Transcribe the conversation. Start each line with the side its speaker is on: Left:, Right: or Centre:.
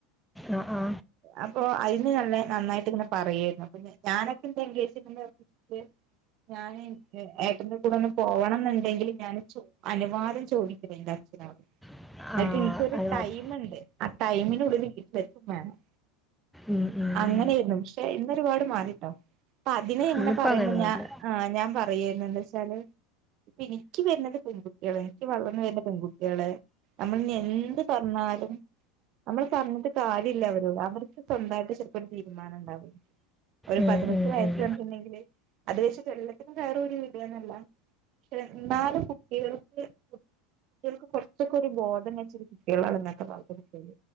Centre: ആ
Right: അപ്പൊ, അതിന് തന്നെ നന്നായിട്ട് ഇങ്ങനെ പറയായിരുന്നു. അപ്പൊ, ഞാനൊ ക്കെ എന്റെ എൻഗേജ്മെന്റ് ത് ഞാന് ഏട്ടന്റെ കൂടെ ഒന്ന് പോവണം ന്നുണ്ടെങ്കില് ഞാൻ ചു അനുവാദം ചോദിക്കു എന്റെ ഇന്നട്ട്
Centre: ആ ആ
Right: ഇൻക്കൊരു
Centre: അത് വാ-
Right: ടൈമ്ണ്ട് ആ ടൈമിനുള്ളിൽ വീട്ടിലെത്തും വേണം.
Centre: ഉം ഉം
Right: അങ്ങനെയായിരുന്നു. പക്ഷെ ഇന്നൊരുപാട് മാറിട്ടോ. അപ്പ അതിനെങ്ങനെ
Centre: ഇന്നിപ്പോ
Right: പറയുമ്പോ
Centre: അങ്ങനൊന്നുമില്ല
Right: ഞാൻ ആ ഞാൻ പറയരുന്നു എന്താ ച്ചാല്. എനിക്ക് വരണത് പെൺകുട്ടികളെ, എനിക്ക് വളർന്ന് വരുന്ന പെൺകുട്ടികളെ., നമ്മൾ എന്ത് പറഞ്ഞാലും- നമ്മള് പറഞ്ഞിട്ട് കാര്യല്ല അവരോട്. അവർക്ക് സ്വന്തമായിട്ട് ചെലപ്പോ ഒരു തീരുമാനം ഉണ്ടാവും. ഒരു
Centre: ഉം
Right: പതിനെട്ട്
Centre: ഉം
Right: വയസ്സ്
Centre: ഉം
Right: പറഞ്ഞിട്ട്ണ്ടെങ്കില്, അത് വച്ച്ട്ട് എല്ലത്തിനും കയറൂരി വിട എന്നല്ല. പക്ഷെ ന്നാലും കുട്ടികൾക്ക്- കുട്ടികൾക്ക് കുറച്ചൊക്കെ ഒരു ബോധം വെച്ച കുട്ടികളാണ് ഇന്നത്തെ കാലത്തെ കുട്ടികൾ.